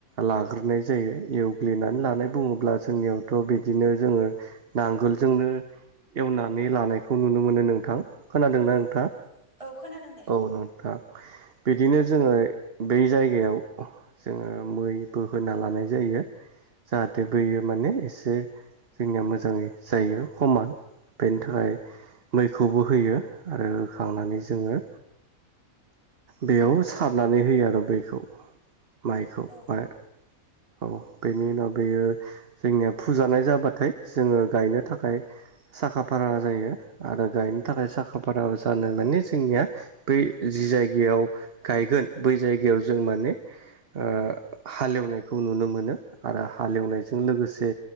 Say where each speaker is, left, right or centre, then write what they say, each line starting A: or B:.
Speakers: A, on the right; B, on the right.
A: लाग्रोनाय जायो एवग्लिनानै लानाय बुङोब्ला जोंनियावथ' बिदिनो जोङो नांगोलजोंनो एवनानै लानायखौ नुनो मोनो नों नोंथां खोनादोंना
B: औ
A: नोंथाङा
B: औ खोनादों दे
A: औ नोंथां। बिदिनो जोङो बै जायगायाव जोङो मै बो होना लानाय जायो। जाहाथे बैयो माने एसे जोंनिया मोजाङै जायो हमान बेनि थाखाय बेखौबो होयो आरो होखांनानै जोङो बेयाव सारनानै होयो आरो बैखौ माइखौ
B: औ
A: मा औ बेनि उनाव बेयो जोंनिया फुजानाय जाबाथाय जोङो गायनो थाखाय साखा फारा जायो आरो गायनो थाखाय साखा फारा जानो माने जोंनिया बै जि जायगायाव गायगोन बै जायगायाव जों माने ओ हालेवनायखौ नुनो मोनो आरो हालेवनायजों लोगोसे